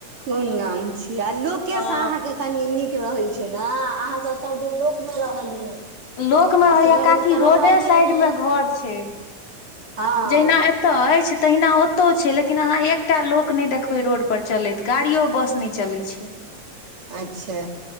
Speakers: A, on the right; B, on the left.
A: कोन गाम छी आ लोके
B: हँ
A: से अहाँ के कनि नीक रहै छै ने अहाँ सब दिन लोक मे रहलियै
B: लोकमे
A: असगरमे
B: होइया काकि
A: तऽ
B: रोडे
A: रहलियै
B: साइड
A: नहि
B: मे घर छै
A: हँ
B: जहिना एतय ऐछ तहिना ओतो छै लेकिन अहाँ एक टा लोक नइ देखबइ रोड पर चलैत गाड़ियो बस नहि चलै छै
A: अच्छा